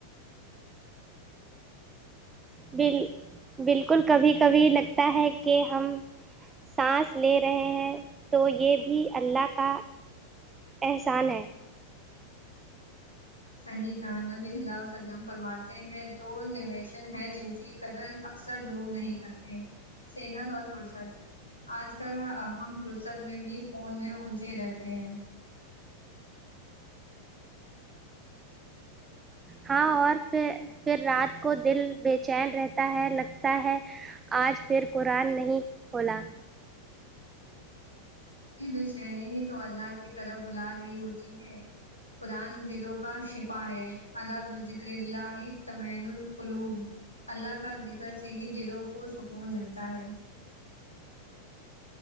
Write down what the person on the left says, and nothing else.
صحیح کہ نبی صلی اللہ علیہ وسلم فرماتے ہیں دو نشن ہیں جن کی قدر اکثر لوگ نہیں کرتے صحت اور فرصت آج کل ہم فرصت میں بھی فون میں الجے رہتے ہیں
یہ بے چینی ہی تو اللہ کی طرف بلا رہی ہوتی ہے قرآن دلوں کا شفا ہے علہ ب ذکر اللہ تمین القلوم اللہ کا ذکر سے ہی دلوں کو سکون ملتا ہے